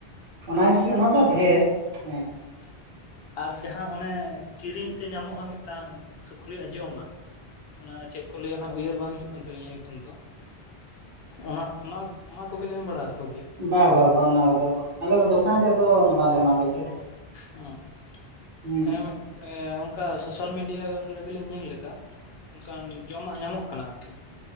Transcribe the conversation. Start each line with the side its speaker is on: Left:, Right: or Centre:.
Right: ᱚᱱᱟᱜᱮ ᱚᱱᱟ ᱫᱚ ᱰᱷᱮᱨ ᱦᱮᱸ
Left: ᱦᱮᱸ ᱟᱨ ᱡᱟᱦᱟᱸ ᱚᱱᱮ ᱠᱤᱨᱤᱧ ᱛᱮ ᱧᱟᱢᱚᱜᱼᱟ ᱢᱤᱫᱴᱟᱝ ᱥᱩᱠᱨᱤᱭᱟᱜ ᱡᱚᱢᱟᱜ ᱚᱱᱟ ᱪᱮᱫ ᱠᱚ ᱞᱟᱹᱭᱟ ᱦᱟᱜ ᱩᱭᱦᱟᱹᱨ ᱵᱟᱝ ᱦᱤᱡᱩᱜ ᱠᱟᱱ ᱛᱟᱞᱤᱧᱟ ᱧᱩᱛᱩᱢ ᱫᱚ ᱚᱱᱟ ᱚᱱᱟ ᱚᱱᱟ ᱠᱚᱵᱤᱱ ᱮᱢ ᱵᱟᱲᱟ ᱟᱠᱚ ᱜᱮᱭᱟ
Right: ᱵᱟ ᱵᱟ ᱵᱟᱝ ᱚᱱᱟ ᱠᱚᱫᱚ ᱟᱞᱮ ᱫᱚᱠᱟᱱ ᱨᱮᱫᱚ ᱵᱟᱞᱮ ᱮᱢᱟ ᱠᱚ ᱪᱮᱜ ᱦᱚᱸ
Left: ᱦᱚᱸ
Right: ᱦᱩᱸ
Left: ᱦᱮᱸ ᱚᱱᱠᱟ ᱥᱳᱥᱟᱞ ᱢᱤᱰᱤᱭᱟ ᱨᱮᱜᱮ ᱞᱤᱧ ᱧᱮᱞ ᱞᱮᱫᱟ᱾ ᱚᱱᱠᱟᱱ ᱡᱚᱢᱟᱜ ᱧᱟᱢᱚᱜ ᱠᱟᱱᱟ ᱟᱨ ᱠᱤ